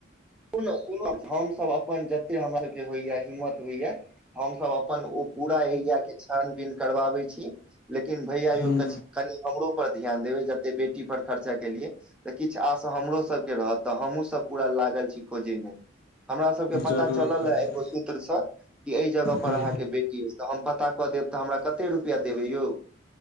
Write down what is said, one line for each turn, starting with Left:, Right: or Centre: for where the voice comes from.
Centre: सुनु सुन हमसभ अपन जते हमरा सबके होइया हिम्मत होइया। हम सब अपन ओ पूरा एरिया के छानबीन करबाबे छी। लेकिन भैयया यौ
Left: हूं
Centre: कनि हमरो पर ध्यान देबै। जते बेटी पर खर्चा केलियए। तऽ किछ आश हमरो सभके रहत। तऽ हमहूँसभ पूरा लागल छी। खोजेमे हमरा सबके पता
Left: जरूर
Centre: चलल।
Left: जरूर
Centre: ए एगो सूत्र से कि एहि जगह
Left: हूं
Centre: पर अहाँ के बेटी अइछ। तऽ हम पता कऽ देब। तऽ हमरा कते रुपआ देबै यौ।